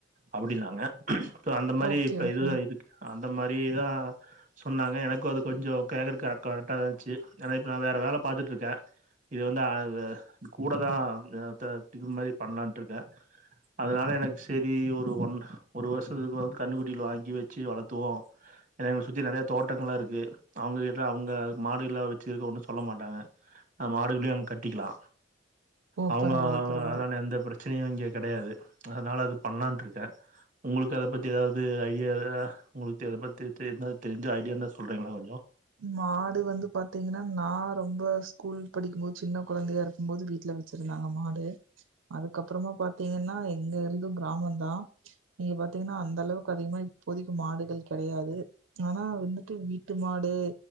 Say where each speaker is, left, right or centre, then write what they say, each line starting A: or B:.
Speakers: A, on the right; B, on the right.
A: அப்படினாங்க இப்ப அந்த மாதிரி
B: ஓகே
A: இப்ப
B: ஓகே
A: இதுதான் இருக்கு ஆ அந்த மாதிரிதான் சொன்னாங்க எனக்கும் அது கொஞ்சோ கேக்றக்கு ரெட்டா த இருந்துச்சு ஏன்னா இப்ப நான் வேற வேல பாத்துட்டு இருக்கேன் இது வந்து அ கூட தான் த திக மாரி பண்ணலான்ட்டு இருக்கே அதனால எனக்கு செரி ஒரு ஒன் ஒரு வருஷத்துக்கு வந்து கன்னுக்குட்டியில் வாங்கி வச்சு வளத்துவோம் எனக்கு சுற்றி நெறைய தோட்டங்கள்லா இருக்கு அவங்க கிட்ட அவங்க மாடுல வச்சுருக்க ஒன்னும் சொல்ல மாட்டாங்க நம் மாடுகளையும் அங்க கட்டிக்கலா
B: ஓ
A: அவங்க
B: பரவால்ல பரவால்ல
A: அதனால எந்த பிரச்சனையும் இங்க கிடையாது அதனால அது பண்ணலான்ட்டுருக்கேன் உங்களுக்கு அத பத்தி ஏதாவது ஐடியா உங்களுக்கு எதை பற்றி ஏதாவது தெரிஞ்ச ஐடியா இருந்தா சொல்கிறீங்களா கொஞ்சோ
B: மாடு வந்து பாத்தீங்கன்னா நா ரொம்ப ஸ்கூல் படிக்கும்போது சின்ன குழந்தையா இருக்கும் போது வீட்டுல வச்சிருந்தாங்க மாடு அதுக்கப்பறமா பாத்தீங்கன்னா எங்க இருதும் கிராமந்தா இங்க பாத்தீங்கன்னா அந்த அளவுக்கு அதிகமா இப்போதைக்கு மாடுகள் கெடையாது ஆனா வந்துட்டு வீட்டு மாடு